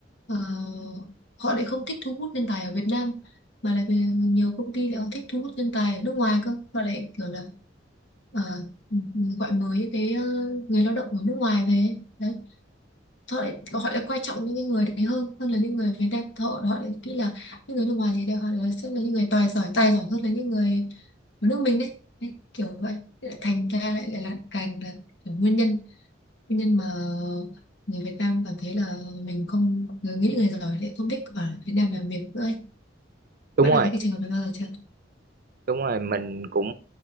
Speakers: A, on the left; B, on the right.
A: ờ, họ lại không thích thu hút nhân tài ở Việt Nam mà là vì nhiều công ty lại họ thích thu hút nhân tài ở nước ngoài cơ họ lại kiểu là ờ, Ừ, mình gọi mới những cái ờ, người lao động ở nước ngoài về đấy họ lại họ lại quan trọng những cái người đấy hơn hơn là những người Việt Nam họ họ lại nghĩ là những người nước ngoài thì đều họ là sẽ là những người tài giỏi tài giỏi hơn là những người ở nước mình đấy, đấy kiểu vậy Thế lại thành ra lại lại là càng là kiểu nguyên nhân nguyên nhân mà người Việt Nam cảm thấy là mình không người nghĩ người giỏi lại không thích ở Việt Nam làm việc nữa ấy.
B: đúng
A: bạn
B: rồi
A: đã thấy cái trường hợp này bao giờ chưa
B: đúng rồi mình cũng